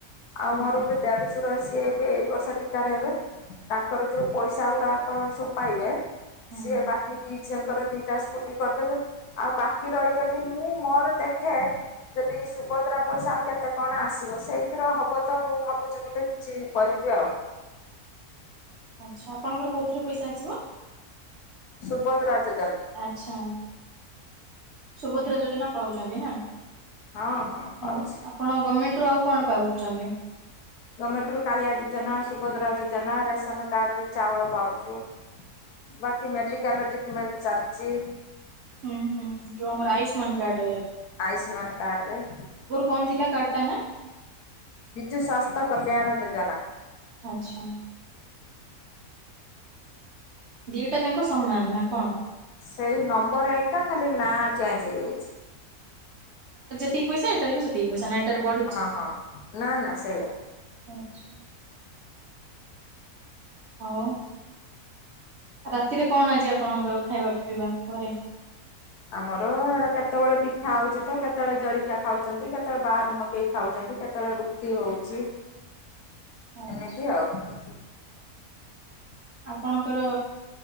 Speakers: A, on the right; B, on the left.
A: କଣ?
B: ଆଉ ମୋର ଗୋଟେ ଦେଡ ଶଶୁର ସିଏ ଏବେ ଏଇ ବର୍ଷ ରିଟାୟାର ହେବେ। ତାଙ୍କର ଯୋଉ ପଇସା ଗୁଡାକ ସବୁ ପାଇବେ
A: ହୁଁ
B: ସେ ବାକି ଦି ଝିଅଙ୍କର ଦିଟା ସ୍କୁଟି କରିଦେବେ। ଆଉ ବାକି ରହିଗଲି ମୁଁ ମୋର ଦେଖେ ଯଦି ସୁଭଦ୍ରା ପଇସା ଆଉ କେତେ କଣ ଆସିବ ସେଇ ଥିରେ ହବ ତ ମୁଁ ଭାବୁଛି ଗୋଟେ ଚେ କରିବି ଆଉ।
A: ଆଚ୍ଛା ଆପଣଙ୍କର କୋଉଥିରେ ପଇସା ଆସିବ?
B: ସୁଭଦ୍ରା ଯୋଜ
A: ଆଚ୍ଛା ସୁଭଦ୍ରା ଯୋଜନା ପାଉଛନ୍ତି ନା।
B: ହଁ ପାଉଛି।
A: ହଁ ଆପଣ ଗମେଣ୍ଟରୁୁ ଆଉ କଣ ପାଉଛନ୍ତି?
B: ଗମେଣ୍ଟ ରୁ କାଳିଆ ଯୋଜନା, ସୁଭଦ୍ରା ଯୋଜନା, ରେସନ କାର୍ଡ ରେ ଚାଉଳ ପାଉଛୁ। ବାକି
A: ଆଚ୍ଛା
B: ମେଡିକାଲ ଟ୍ରିଟମେଣ୍ଟ ଚାଲିଛି।
A: ହୁଁ ହୁଁ ଯୋଉ ଆମର ଆୟୁଷ୍ମାନ କାର୍ଡ ରେ
B: ଆୟୁଷ୍ମାନ କାର୍ଡରେ
A: କଣ ଥିଲା କାର୍ଡ ଟା ନା?
B: ବିଜୁ ସ୍ବାସ୍ଥ୍ୟ କଲ୍ୟାଣ ଯୋଜନା।
A: ଆଚ୍ଛା। ଦିଟା ଯାକ ସମାନ ନା କଣ?
B: ସେଇ ନମ୍ବର ଏକା ଖାଲି ନାଁ ଚେଞ୍ଜ ହେଇଯାଇଛି।
A: ତିକି ପଇସା ଏଟାରେ ବି ସେତିକି ପଇସା ନା ଏଟାରେ ବଢିଛି?
B: ହଁ ହଁ ନା ନା ସେଇଆ।
A: ଆଚ୍ଛା ଆଉ। ରାତିରେ କଣ ଆଜି ଆପଣଙ୍କର ଖାଇବା ପିଇବା ଘରେ?
B: ଆମର ଏ କେତେବେଳେ ପିଠା ହଉଛି ତ କେତେବେଳେ ଜଳଖିଆ ଖାଉଛନ୍ତି। କେତେବେଳେ ବାହାରୁ ମଗେଇ ଖାଉଛନ୍ତି। କେତେବେଳେ ରୁଟି ହଉଛି
A: ଆଚ୍ଛା
B: ଏମିତି ଆଉ।
A: ଆପଣଙ୍କର